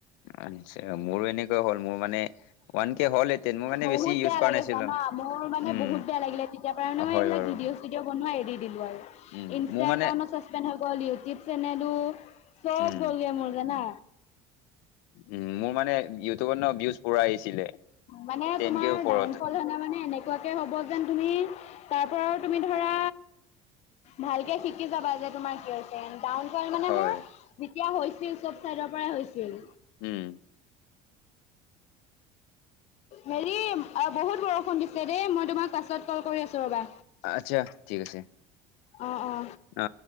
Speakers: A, on the left; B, on the left.
A: আচ্ছা, মোৰো এনেকুৱা হ'ল মোৰ মানে ওৱান কে হ'ল এটিন মোৰ মানে
B: বহুত
A: বেছি ইউজ
B: বেয়া
A: কৰা
B: লাগে
A: নাছিলো
B: জানা, মোৰ মানে
A: উম
B: বহুত বেয়া লাগিলে। তেতিয়াৰ পা নহয়
A: হয়
B: এইবিলাক
A: বাৰু
B: ভিডিঅ' চিডিঅ' বনোৱা এৰি দিলোঁ আৰু
A: উম
B: ইনষ্টা
A: মোৰ মানে
B: একাউণ্টত, চাচপেণ্ড হৈ গল, ইউটিউব চেনেলো চব
A: উম,
B: গ'লগে মোৰ জানা।
A: উম মোৰ মানে, ইউটিউবত ন ভিউজ পুৰা আহিছিলে
B: মানে
A: টেন
B: তোমাৰ
A: কে ওপৰত।
B: ডাউনফল হলে মানে এনে, কুৱাকৈ হ'ব যেন তুমি তাৰ পৰা তুমি ধৰা, ভালকে শিকি যাবা যে তোমাৰ কিয় হৈছে। ডাউনফল মানে
A: হয়।
B: মোৰ যেতিয়া হৈছিল চব চাইডৰ পৰাই হৈছিল।
A: উম,
B: হেৰি বহুত বৰষুণ দিছে দেই মই তোমাক পাছত কল কৰি আছো ৰ'বা।
A: আচ্ছা ঠিক আছে।
B: অ অ।
A: অ